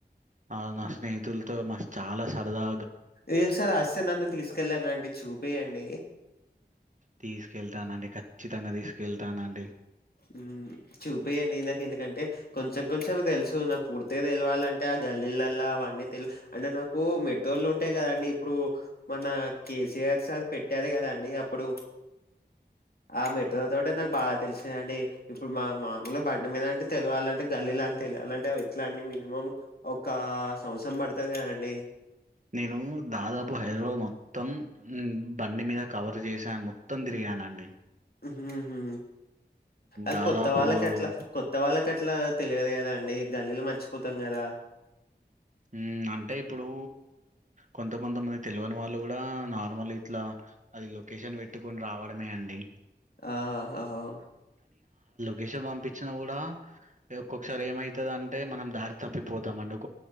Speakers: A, on the right (about 45°); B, on the left (about 60°).
A: నా నా స్నేహితుల్తో మస్ చాలా సరదా
B: ఈసారి అస్సె నన్ను తీసుకెళ్ళనండి చూపీయండి
A: తీసుకెళ్తానండి ఖచ్చితంగ తీసుకెళ్తానండి
B: ఊ చూపియండి నాకు ఎందుకంటే కొంచెం కొంచెమే తెలుసు నా పూర్తిగ దెల్వాలంటే ఆ గల్లీలల్ల అవన్నీ తెల్, అంటే నాకు మెట్తోళ్లు ఉంటాయి గదండి. ఇప్పుడూ మన కేసీఆర్ సార్ పెట్టారు గదా అండి అప్పుడు ఆ మెట్రోతోటే నాకు బాగ తెల్స్ అండి ఇప్పుడు మా మామూల్గ బండి మీద అంటే తెలువాలంటే, గల్లీల అన్ తెలియాలంటే, ఎట్లా అండి మినిమం. ఒకా సంవ్సం బడుతది గదండి
A: నేను <unintelligible> మొత్తం బండి మీద కవర్ చేసాన్ మొత్తం దిరిగానండి.
B: ఉహుహూ అ
A: దాదాపు
B: కొత్త వాళ్ళక్ అట్ల కొత్త వాళ్ళక్ కట్లా తెలియదు గదా అండి గల్లీలు మర్చిపోతం గదా
A: ఊమ్ అంటే ఇప్పుడూ కొంత కొంతమంది తెలువని వాళ్ళు గూడా నార్మల్ ఇట్లా. అది లొకేషన్ వెట్టుకొని రావడమే అండి
B: ఆ హౌ
A: గేషన్ వంపిచ్చిన గూడా ఒక్కొక్కసార్ ఏమైతదంటే మనం దారి తప్పిపోతామండి ఒ